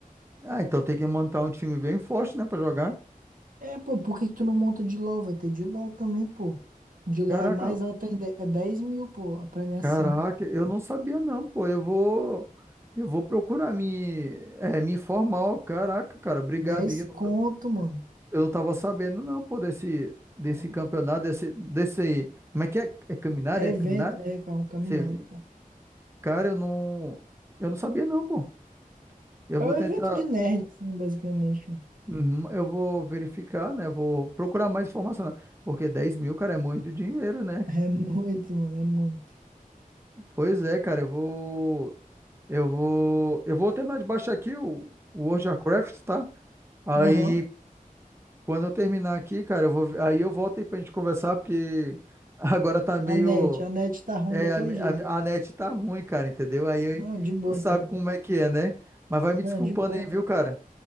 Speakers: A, on the right (about 15°); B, on the right (about 70°).
A: Ah, então tem que montar um time bem forte, né, pra jogar.
B: É, pô, por que que tu não monta de LOL? Vai ter de LOL também, pô. De LOL
A: Caraca,
B: é mais alta ainda, é dez mil, pô, a premiação.
A: Caraca, eu não sabia não, pô. Eu vou, eu vou procurar me, é, me informar. ó. Caraca, cara, obrigado.
B: 10
A: aí. Eu não,
B: conto,
A: tô-
B: mano.
A: eu não tava sabendo não, pô, desse, desse
B: É
A: campeonato, desse, desse, como é que é? É caminhar?
B: é
A: É
B: evento,
A: caminhar?
B: é, é um caminário,
A: Você,
B: pô.
A: cara, eu não, eu não sabia não, pô. Eu
B: É
A: vou
B: um
A: tentar,
B: evento de nerd, assim, basicamente. mano.
A: Uhum, eu vou verificar, né? Vou procurar mais informação, né? Porque dez mil, cara, é muito dinheiro, né?
B: <laughs> É muito, mano, é muito.
A: Pois é, cara, eu vou, eu vou, eu vou terminar de baixar aqui o, o World of Warcraft, tá? Aí,
B: Aham.
A: quando eu terminar aqui, cara, eu vou, aí eu volto aí pra gente conversar, porque <laughs> agora tá meio,
B: A net, a net tá ruim
A: é,
B: daquele
A: a,
B: jeito ainda.
A: a, a net tá ruim, cara, entendeu? Aí
B: Não, de boa
A: tu sabe
B: então.
A: como é que é, né? Mas vai me
B: Não,
A: desculpando
B: de boa.
A: aí, viu, cara?